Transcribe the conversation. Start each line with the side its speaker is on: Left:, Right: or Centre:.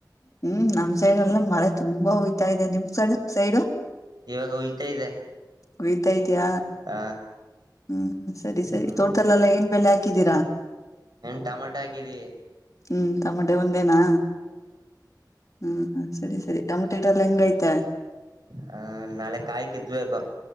Left: ಹ್ಮ್ ನಮ್ಮ ಸೈಡ್ ಎಲ್ಲ ಮಳೆ ತುಂಬಾ ಹೊಯ್ತಾ ಇದೆ ನಿಮ್ ಸೈಡ್ ಸೈಡು
Right: ಇವಾಗ ಹೊಯ್ತಾ
Left: <inaudible>
Right: ಇದೆ
Left: ಹುಯ್ಯಾತದೀಯ?
Right: ಹ
Left: ಹ್ಮ್ ಸರಿ ಸರಿ
Right: ಹ್ಮ್
Left: ತೋಟಲ್ಲಲ್ಲ ಏನ್ ಬೇಳೆ ಹಾಕಿದೀರಾ?
Right: ಟೊಮೊಟೊ ಹಾಕಿದೇವಿ.
Left: ಹ್ಮ್ ಟಮಟೆ ಒಂದೇನಾ ಹ್ಮ ಸರಿ ಸರಿ ಟಮಟೆ ಲ್ಲ ಹೆಂಗ ಆಯ್ತೇ?
Right: ಹ ನಾಳೆ ಕಾಯಿ ಕಿತ್ಬೇಕು